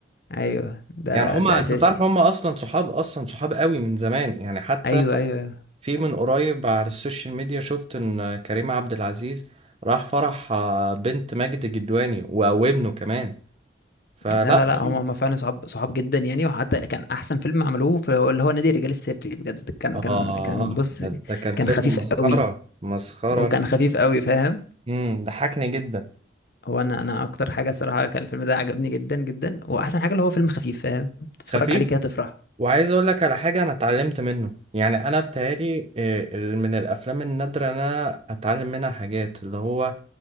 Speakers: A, on the left; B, on the right.
A: أيوه ده
B: يعني هما
A: ده
B: انت
A: أساسي
B: تعرف هما اصلا صحاب اصلا صحاب قوي من زمان يعني حتى
A: أيوه أيوه
B: في من قريب على السوشيال ميديا شفت ان كريم عبد العزيز راح فرح آه، بنت ماجد الجدواني و- وابنه كمان فلا
A: لا لا لا
B: هم-
A: هم هم فعلا صحاب صحاب جدا يعني وحتى كان احسن فيلم عملوه في اللي هو نادي الرجال السري بجد كان
B: اه
A: كان كان بص
B: ده ده كان فيلم
A: كان خفيف
B: مسخره
A: قوي
B: مسخره
A: وكان خفيف قوي فاهم
B: امم ضحكني جدا
A: هو انا انا اكتر حاجه الصراحه كان الفيلم ده عجبني جدا جدا واحسن حاجه اللي هو فيلم خفيف فاهم تتفرج
B: خفيف
A: عليه كده تفرح
B: وعايز اقول لك على حاجه انا اتعلمت منه يعني انا بتهيألي آه، ال- من الافلام النادره إن انا اتعلم منها حاجات اللي هو